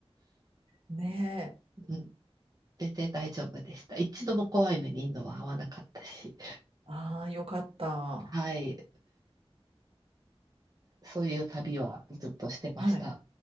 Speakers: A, on the right; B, on the right.
A: ね
B: うん。全然大丈夫でした。一度も怖い目にインドは合わなかったし。
A: え。ああ、よかった。
B: はい。そういう旅はずっとしてました。
A: はい。